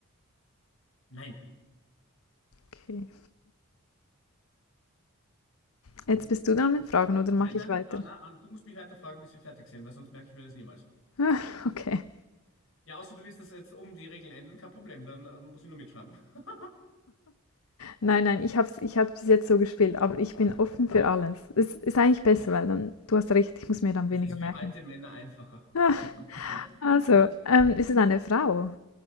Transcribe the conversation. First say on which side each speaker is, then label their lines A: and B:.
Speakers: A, on the left; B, on the left.
A: Nein.
B: Okay. Jetzt bist du dran mit Fragen oder mache
A: Nein, nein,
B: ich weiter?
A: nein, Anna, Anna, du musst mich weiter fragen, bis wir fertig sind, weil sonst merke ich mir das niemals.
B: Ah, Okay.
A: Ja, außer du willst das jetzt um die Regeln ändern, kein Problem, dann äh, muss ich nur mitschreiben. <laughs>
B: Nein, nein, ich habe es ich hab's bis jetzt so gespielt, aber ich bin offen für alles. Es ist eigentlich besser, weil dann, du hast recht, ich muss mir dann
A: Es
B: weniger
A: ist für
B: merken.
A: alte Männer einfacher.
B: Ah,
A: <laughs>
B: Also, ähm, ist es eine Frau?